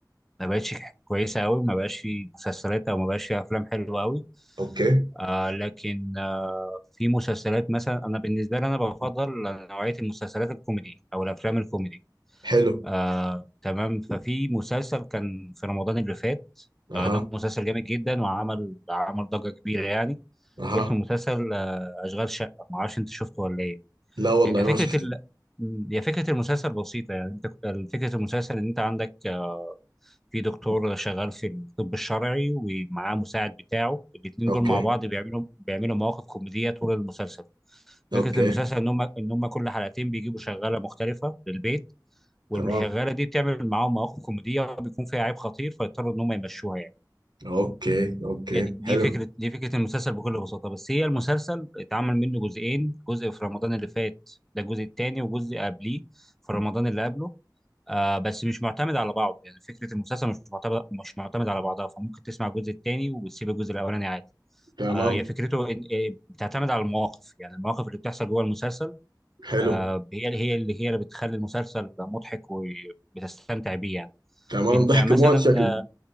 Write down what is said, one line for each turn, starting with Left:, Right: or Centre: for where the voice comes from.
Centre: ما بقتش كويسة أوي ما بقاش في مسلسلات أو ما بقاش في أفلام حلوة أوي
Right: أوكي
Centre: آه لكن آه في مسلسلات مثلا أنا بالنسبة لي أنا بفضل نوعية المسلسلات الكوميدي أو الأفلام الكوميدي
Right: حلو
Centre: آه تمام ففي مسلسل كان في رمضان اللي فات
Right: أها
Centre: آه ده مسلسل جامد جدا وعمل عمل ضجة كبيرة يعني
Right: أها
Centre: اسمه مسلسل آه أشغال شقة معرفش أنت شفته ولا إيه
Right: لا والله
Centre: هي فكرة
Right: ما شفته
Centre: ال... م، هي فكرة المسلسل بسيطة يعني انت فكرة المسلسل ان انت عندك آه، في دكتور شغال في الطب الشرعي ومعاه مساعد بتاعه الاتنين
Right: أوكي
Centre: دول مع بعض بيعملوا بيعملوا مواقف كوميدية طول المسلسل فكرة
Right: أوكي
Centre: المسلسل ان هم ان هم كل حلقتين بيجيبوا شغالة مختلفة للبيت والشغالة
Right: تمام
Centre: دي بتعمل معاهم مواقف كوميدية وبيكون فيها عيب خطير فيضطروا ان هم يمشوها يعني
Right: أوكي أوكي
Centre: هي دي دي
Right: حلو
Centre: فكره دي فكره المسلسل بكل بساطه بس هي المسلسل اتعمل منه جزئين جزء في رمضان اللي فات ده الجزء الثاني وجزء قبليه في رمضان اللي قبله آه بس مش معتمد على بعضه يعني فكره المسلسل مش معتمد مش معتمد على بعضها فممكن تسمع الجزء الثاني وتسيب الجزء الاولاني عادي
Right: تمام
Centre: آه هي فكرته إن- إيه، بتعتمد على المواقف يعني المواقف اللي بتحصل جوه المسلسل
Right: حلو
Centre: آه هي اللي هي اللي هي اللي بتخلي المسلسل مضحك وبتستمتع بيه يعني
Right: تمام
Centre: انت
Right: ضحك
Centre: مثلا
Right: موت شكله
Centre: آه،